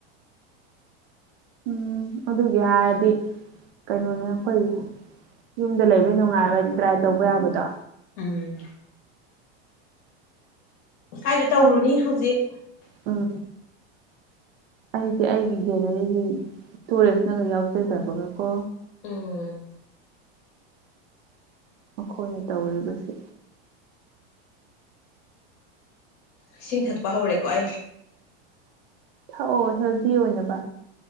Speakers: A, on the right (about 65°); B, on the left (about 35°).
A: ꯎꯝ ꯑꯗꯨꯒꯤ ꯍꯥꯏꯔꯗꯤ ꯀꯩꯅꯣꯅꯦ ꯑꯩꯈꯣꯏꯒꯤ ꯌꯨꯝꯗ ꯂꯩꯕ ꯅꯨꯡꯉꯥꯏꯕ ꯍꯥꯏꯗꯤ ꯗ꯭ꯔꯥꯏ ꯇꯧꯕ ꯌꯥꯕꯗꯣ
B: ꯎꯝ ꯀꯥꯏꯗ ꯇꯧꯔꯨꯅꯤ
A: ꯑꯁ
B: ꯍꯧꯖꯤꯛ
A: ꯎꯝ ꯑꯩꯗꯤ ꯑꯩꯒꯤ ꯒꯦꯂꯔꯤꯁꯤ ꯏꯁꯇꯣꯔꯦꯖꯅꯒ ꯌꯥꯎꯖꯗꯕꯒ ꯀꯣ
B: ꯎꯝ
A: ꯃꯈꯣꯏꯅ ꯇꯧꯔꯤꯕꯁꯤ
B: ꯏꯁꯤꯡ ꯊꯛꯄ ꯍꯧꯔꯦꯀꯣ ꯑꯩ
A: ꯊꯥꯛꯑꯣ ꯍꯦꯜꯗꯤ ꯑꯣꯏꯅꯕ